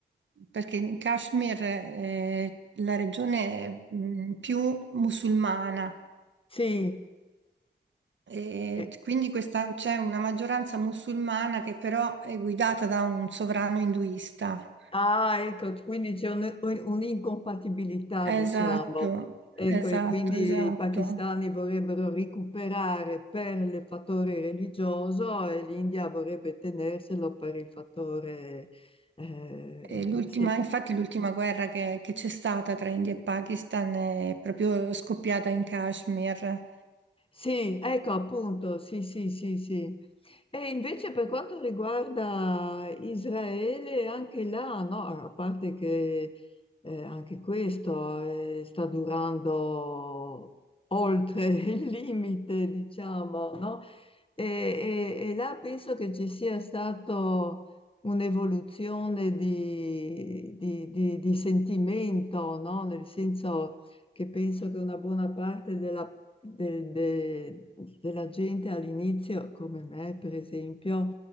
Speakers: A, on the right; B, on the left.
A: perché in Kashmir è la regione mm, più musulmana
B: Sì.
A: e
B: Eh,
A: quindi questa- c'è una maggioranza musulmana che però è guidata da un sovrano induista.
B: Ah, ecco, quindi c'è un- un- un'incompatibilità, diciamo.
A: Esatto,
B: Ecco,
A: esatto,
B: e quindi
A: esatto.
B: i pakistani vorrebbero recuperare per il fattore religioso e l'India vorrebbe tenerselo per il fattore, eh,
A: E l'ultima-
B: eh, sì,
A: infatti l'ultima guerra che che c'è stata tra India e Pakistan è proprio scoppiata in Kashmir.
B: Sì, ecco appunto, sì, sì, sì, sì. E invece per quanto riguarda Israele, anche là, no, a parte che eh, anche questo eh, sta durando oltre <laughs> il limite, diciamo, no? E, e- e là penso che ci sia stato un'evoluzione di, di- di- di sentimento, no? Nel senso che penso che una buona parte della de- de- della gente all'inizio, come me per esempio,